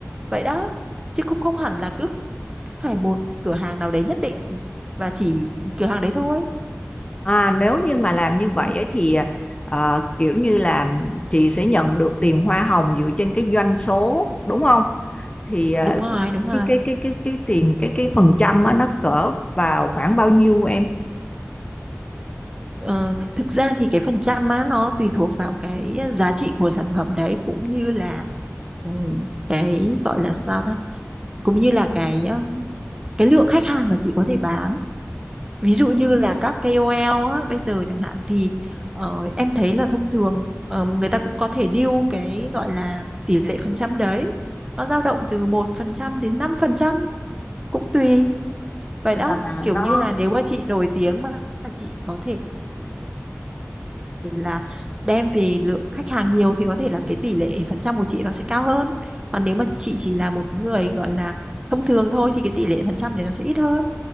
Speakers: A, on the right; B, on the left.
A: vậy đó chứ không không hẳn là cứ phải một cửa hàng nào đấy nhất định và chỉ cửa hàng đấy thôi
B: à nếu như mà làm như
A: ừ,
B: vậy ấy thì ờ, kiểu như là chị sẽ nhận được tiền hoa hồng dựa trên cái doanh số đúng không? Thì ờ,
A: đúng rồi đúng rồi
B: cái cái cái cái cái tiền cái cái phần trăm á, nó cỡ vào khoảng bao nhiêu em?
A: Ờ, thực ra thì cái phần trăm á nó tùy thuộc vào cái giá trị của sản phẩm đấy cũng như là ừ, cái gọi là sao ta cũng như là cái um, cái lượng khách hàng mà chị có thể bán ví dụ như là các KOL á, bây giờ chẳng hạn thì ờ, em thấy là thông thường ờ, người ta cũng có thể deal cái gọi là tỷ lệ phần trăm đấy nó dao động từ một phần trăm đến năm phần trăm cũng tùy vậy đó
B: À,
A: kiểu
B: nó
A: như là nếu mà chị nổi tiếng mà chị có thể thể là đem về lượng khách hàng nhiều thì có thể là cái tỷ lệ phần trăm của chị nó sẽ cao hơn còn nếu mà chị chỉ là một người gọi là thông thường thôi thì cái tỷ lệ phần trăm đấy nó sẽ ít hơn